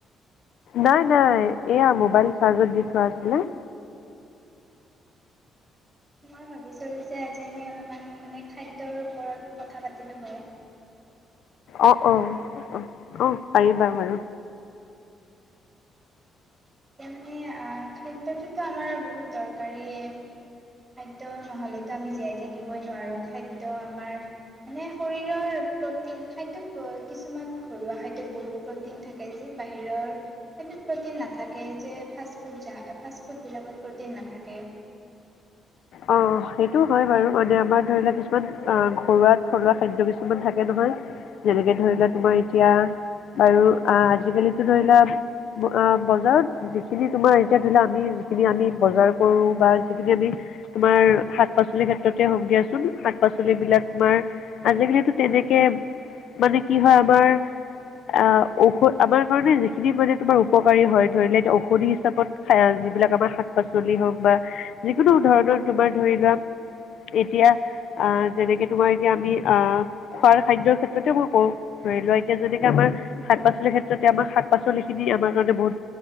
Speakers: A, on the left (about 75°); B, on the right (about 15°).
A: নাই নাই এয়া মোবাইল চাৰ্জত দি থোৱা আছিলে।
B: ম ভাবিছিলো যে আজি আমি অলপমান মানে খাদ্যৰ ওপৰত কথা পাতিলো হয়। <inaudible>
A: অ- অ- অ- অ পাৰিবা বাৰু।
B: এতিয়া মানে আহ খাদ্যটোতো আমাৰ বহুত দৰকাৰীয়ে। খাদ্য নহলেতো আমি জীয়াই থাকিবই নোৱাৰো খাদ্য আমাৰ মানে শৰীৰৰ প্ৰটিন খাদ্যত কিছুমান ঘৰুৱা খাদ্যত বহুত প্ৰটিন থাকে যে। বাহিৰৰ সেটোত প্ৰটিন নাথাকে। কে যে ফাষ্টফুড যা ফাষ্টফুডবিলাকত প্ৰটিন নাথাকে।
A: অ সেইটো হয় বাৰু মানে আমাৰ ধৰি লোৱা কিছুমান অ ঘৰুৱা থলুৱা খাদ্য কিছুমান থাকে নহয়। যেনেকে ধৰিলোৱা তোমাৰ এতিয়া বাৰু আ আজিকালিটো ধৰি লোৱা অ বজাৰত যিখিনি তোমাৰ এতিয়া ধৈলা আমি যিখিনি আমি বজাৰ কৰো বা যিখিনি আমি তোমাৰ শাক পাচলি ক্ষেত্ৰতে হওক দিয়াচোন শাক পাচলি বিলাক তোমাৰ আজিকালি তো তেনেকে মানে কি হয় আমাৰ। আ ঔষ আমাৰ কাৰণে যিখিনি মানে তোমাৰ উপকাৰী হয় ধৰি লোৱা এতিয়া ঔষধি হিচাপত খাই যিবিলাক আমাৰ শাক পাচলি হওক বা যিকোনো ধৰণৰ তোমাৰ ধৰি লোৱা এতিয়া আ যেনেকে তোমাৰ এতিয়া আমি আ খোৱাৰ খাদ্যৰ ক্ষেত্ৰতে মই কওঁ ধৰি লোৱা এতিয়া যেনেকে আমাৰ শাক পাচলিৰ ক্ষেত্ৰতে আমাৰ শাক পাচলি খিনি আমাৰ কাৰণে বহুত।